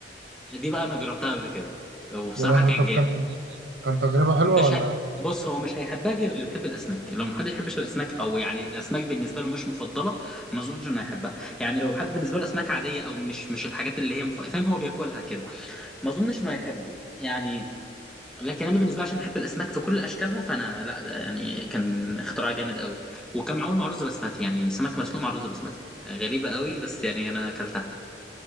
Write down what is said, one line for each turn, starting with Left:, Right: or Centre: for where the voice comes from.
Centre: دي بقى انا جربتها قبل كده وبصراحه
Right: يا لهوي
Centre: كان
Right: طب
Centre: جامد
Right: كان كان تجربه حلوه
Centre: مش
Right: ولا
Centre: ه... بص هو مش هيحبها غير اللي بيحب الاسماك لو محدش يحبش الاسماك او يعني الاسماك بالنسبه له مش مفضله ما اظنش انه هيحبها يعني لو حد بالنسبه له اسماك عاديه او مش مش الحاجات اللي هي مف... فاهم هو بياكلها كده ما اظنش انه هيحبه يعني لكن انا بالنسبه لي عشان بحب الاسماك في كل اشكالها فانا لا ده يعني كان اختراع جامد قوي وكان معمول مع رز بسمتي يعني سمك مسلوق مع رز بسمتي غريبه قوي بس يعني انا اكلتها